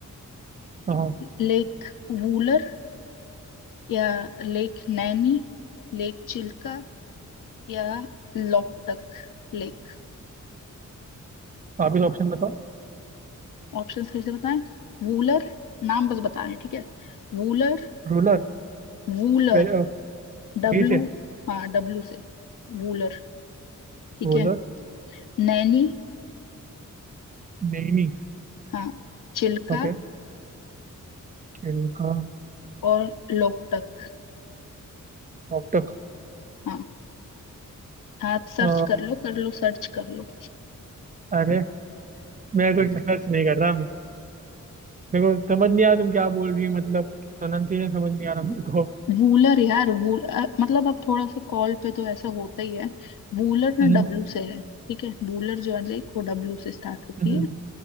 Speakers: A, on the right (about 25°); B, on the left (about 80°).
A: हाँ हाँ
B: लेक वूलर या लेक नैनी लेक चिल्का या लोकटक लेक
A: वापिस ऑप्शन बताओ
B: ऑप्शंस फिर से बताएं वूलर नाम बस बताएं ठीक है वूलर
A: रूलर
B: वूलर
A: स्पेल
B: डब्लू
A: बी से
B: हाँ डब्लू से वूलर ठीक
A: रूलर
B: है नैनी
A: नैनी
B: हाँ चिल्का
A: ओके छिलका
B: और लोकटक
A: नोकटक
B: हाँ आप सर्च
A: अ,
B: कर लो कर लो सर्च कर लो
A: अरे मैं कुछ रिसर्च नहीं कर रहा मैं मेरे को समझ नहीं आ रहा तुम क्या बोल रही हो मतलब प्रोनाउंसिएशन समझ नहीं आ रहा मेरे को
B: <laughs> वूलर यार वूल अ, मतलब अब थोड़ा सा कॉल पे तो ऐसा होता ही है वूलर ना
A: हम्म,
B: डब्लू से है ठीक है वूलर जो है लेक वो डब्लू से स्टार्ट होती
A: हम्म,
B: है